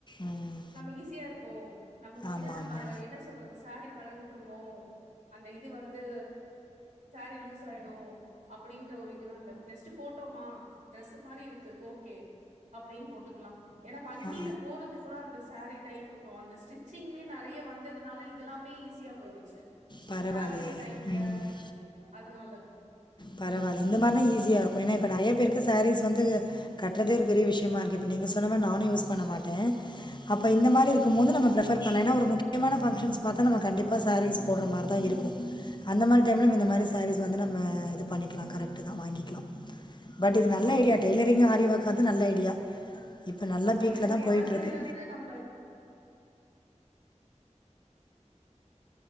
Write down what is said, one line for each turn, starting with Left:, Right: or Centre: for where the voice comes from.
Left: ம்
Right: நம்ம ஈஸியா இருக்கொ நம்க்கு வந்து
Left: ஆமா
Right: நம்ம
Left: ஆமா
Right: என்ன சொல்றது சாரி களண்டுருமோ அந்த இது வந்து சாரீ லூஸ் ஆயிடு அப்டின்ற ஒரு இதுெல்லா ஜஸ்ட்டு போட்டோமா ட்ரெஸ் மாதிரி இருக்கு ஓகே அப்டினு போட்டுக்கலா ஏன்னா வண்டியில
Left: ஆ
Right: போறது கூட அந்த ஸாரீ டைப் ப்போ அந்த ஸ்டிச்சிங்மே நெறய வந்ததுனால இதலாமே ஈஸியாக போயிடுச்சு
Left: பரவாயில்லையே
Right: டிராவலிங் டைம்ல
Left: ம்
Right: அதுனால
Left: பரவாயில்ல இந்த மாதிரினா ஈஸியாக இப்ப நெறய பேருக்கு சாரீஸ் வந்து கற்றதே ஒரு பெரிய விஷ் பயமா இருக்கு இப்ப நீங்க சொன்ன மாரி நானு யூஸ் பண்ண மாட்டே அப்போ இந்த
Right: ம்
Left: மாதிரி இருக்கும்போ
Right: ம்
Left: நம்ம பிரேப்பர் பண்ணாஏன்னா முக்கியமான ஃபங்க்ஷன் பார்த்த நம்ம கண்டிப்பாக சாரீஸ் போடுற மாதிரிதா இருக்கும அந்த மாரி டைம்ல இந்த மாரி சாரீஸ் வந்து நம்ம இது பண்ணிக்கலா கரக்ட் தா வாங்கிக்கலா பட் இது நல்ல
Right: ஆமா
Left: ஐடியா டெய்லரிங்கும் ஆரிஒர்க் நல்ல ஐடியா இப்ப நல்ல
Right: ஆமா
Left: பீக்ல
Right: ஏன்னா
Left: தான்
Right: கொழந்தையில
Left: போயிட்டு இருக்கு
Right: இருந்து நம்ம